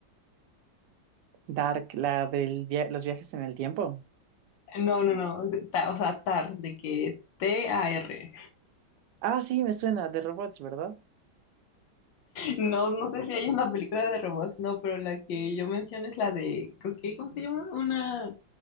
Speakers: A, on the right; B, on the left.
A: Dark, la de los viajes en el tiempo.
B: No, no, no, es Ta- o sea, Tar, de que T-A-R.
A: Ah, sí, me suena, de robots, ¿verdad?
B: No, no sé si hay una película de robots, no, pero la que yo menciono es la de, creo que, ¿cómo se llama? Una